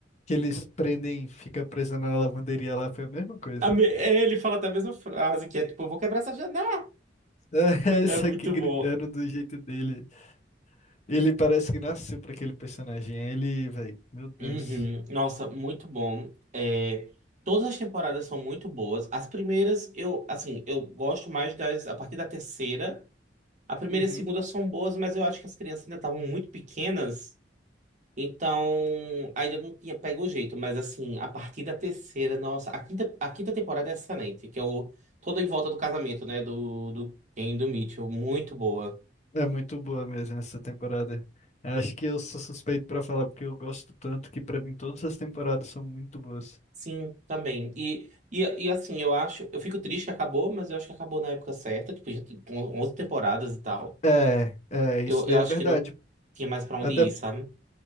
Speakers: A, on the left (about 40°); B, on the right (about 45°).
A: Que eles prendem, fica preso na lavanderia lá, foi a mesma coisa.
B: A me- é, ele fala até a mesma frase, que é tipo, eu vou quebrar essa janela.
A: É, <laughs> isso
B: É muito
A: aqui gritando
B: bom.
A: do jeito dele. Ele parece que nasceu pra aquele personagem. Ele, velho, meu Deus.
B: Uhum. Nossa, muito bom. É, todas as temporadas são muito boas. As primeiras, eu, assim, eu gosto mais das, a partir da terceira. A primeira
A: Uhum.
B: e a segunda são boas, mas eu acho que as crianças ainda estavam muito pequenas. Então, ainda não tinha pego o jeito, mas assim, a partir da terceira, nossa, a quinta, a quinta temporada é excelente, que é o Todo em Volta do Casamento, né, do, do Ken e do Mitchell, muito boa.
A: É muito boa mesmo essa temporada. Acho que eu sou suspeito pra falar, porque eu gosto tanto que pra mim todas as temporadas são muito boas.
B: Sim, também. E, e, e assim, eu acho, eu fico triste que acabou, mas eu acho que acabou na época certa, tipo, já tem on- 11 temporadas e tal.
A: É, é,
B: Eu,
A: isso
B: eu
A: daí
B: acho
A: é verdade.
B: que não tinha mais pra onde
A: Até
B: ir, sabe?